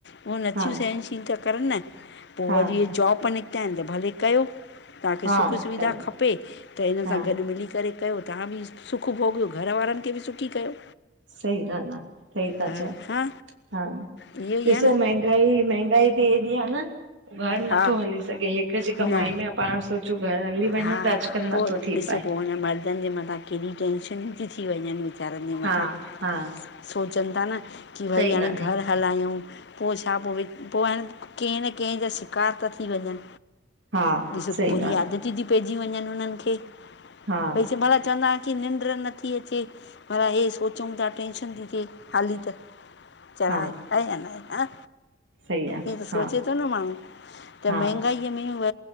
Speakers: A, on the left; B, on the right.
A: उहे नथियूं
B: हा
A: सहनिशीलता करनि न, पो
B: हा
A: वरी इये जॉब निकिता आहिनि त भले कयो। तव्हांखे
B: हा
A: सुखु सुविधा
B: कयो
A: खपे त हिन
B: हा
A: सां गॾु मिली करे कयो तव्हां बि सुखु भोॻियो घर वारनि खे बि सुखी कयो।
B: सही ॻाल आ। सही था
A: हा
B: चओ,
A: हा
B: हा
A: इहो ई
B: ॾिसो
A: आहे न
B: महंगाई महंगाई बि एॾी आ न घर नथो
A: हा
B: हली सघे हिक जी
A: न
B: कमाई में पाण सोचूं घर हली वञे
A: हा
B: त अॼकल्ह
A: पोइ
B: नथो थी
A: ॾिसो
B: पाए।
A: पो हुन मर्दनि जे मथां केॾी टेंशनयूं ती थी वञनि, वीचारनि जे
B: हा
A: मथां
B: -हा।
A: सोचनि ता न की भई
B: सही
A: हाणे
B: ॻाल्हि
A: घर हलायूं पो छा पो व पो आ न कंहिं न कंहिं जा बेकार ता थी वञनि,
B: आ। हा
A: ॾिसो
B: सही
A: बुरी
B: ॻाल्हि
A: आदतियूं ती पइजी वञनि उन्हनि खे,
B: आ। हा
A: भई भला चवंदा की निंड नथी अचे भला हे सोचऊं ता टेंशन ती थे हाली त चढ़ाए
B: हा
A: आहे या नाहे?
B: सही आ।
A: ईअं त सोचे
B: हा
A: तो न माण्हू त
B: हा
A: महांगाई में उह